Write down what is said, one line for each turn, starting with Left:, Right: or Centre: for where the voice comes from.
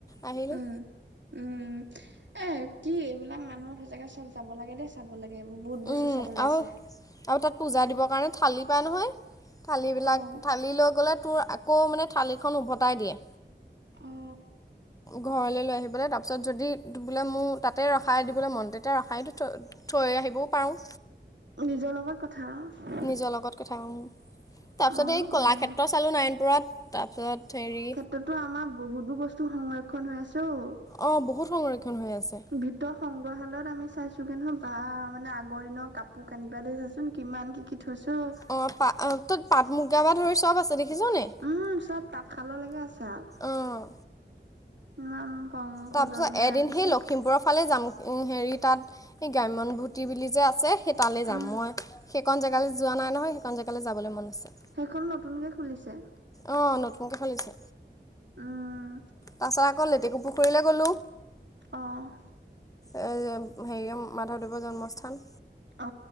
Left: আহিলোঁ।
Right: উম উম উম এ কি এইবিলাক মানুহক সচাঁগে চব যাব লাগে দেই চাব লাগে এইবোৰ বহুত বস্তু
Left: উম
Right: চাবলে
Left: আৰু
Right: আছে।
Left: আৰু তাত পূজা দিবৰ কাৰণে থালি পায় নহয় থালিবিলাক
Right: অ',
Left: থালি লৈ গ'লে তোৰ আকৌ মানে থালিখন উভতাই দিয়ে
Right: অ
Left: ঘৰলে লৈ আহিবলে তাৰপিছত যদি বোলে মোৰ তাতে ৰখাই দিবলে মন তেতিয়া ৰখাই দি থৈ থৈ আহিবও পাওঁ।
Right: নিজৰ লগত কথা আও।
Left: নিজৰ লগত কথা উ, তাৰপিছত
Right: অ',
Left: এই কলাক্ষেত্ৰ
Right: অ'।
Left: চালোঁ নয়ণপুৰত তাৰপিছত হেৰি
Right: তাতো আমাৰ বহুতো বস্তু সংৰক্ষণ হৈ আছে অ,
Left: অ, বহুত সংৰক্ষণ হৈ আছে।
Right: ভিতৰ সংগ্ৰহালয়ত আমি চাইছোগে নহয় বা মানে আগৰ দিনৰ কাপ পোৰ কানি বাদে চাচোন কিমান কি- কি থৈছে অ,
Left: অ, পা তত পাট মুগা পা ধৰি চব আছে দেখিছনে?
Right: উ, চব তাঁতশাললৈকে আছে আও
Left: অঁ
Right: ইমান খং
Left: তাৰপিছত
Right: সযতনে
Left: এদিন
Right: ৰাখিছে
Left: সেই লখিমপুৰৰ ফালে যাম এ হেৰি তাত এ গ্ৰাম্যনভূতি বুলি যে আছে সেই তালে
Right: উম
Left: যাম মই সেইকণ জেগালে যোৱা নাই নহয় সেইকন জেগালে যাবলে মন আছে।
Right: সেইখন নতুনকে খুলিছে।
Left: অ, নতুনকে খুলিছে
Right: উম
Left: পাছত আকৌ লেটেকু পুখুৰীলে গ'লো।
Right: অহ',
Left: এইযে হেৰি অ, মাধৱদেৱৰ জন্মস্থান
Right: অ,